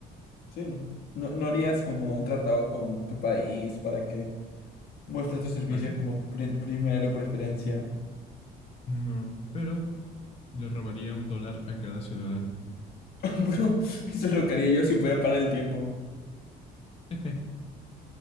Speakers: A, on the left; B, on the left.
A: Sí. ¿No, no harías como un tratado con tu país para que muestres tus servicios
B: ¿Paguen?
A: como pri- primero preferencia?
B: No. Pero le robaría un dólar a cada ciudadano.
A: <laughs> Bro, eso es lo que haría yo si pudiera parar el tiempo.
B: <laughs>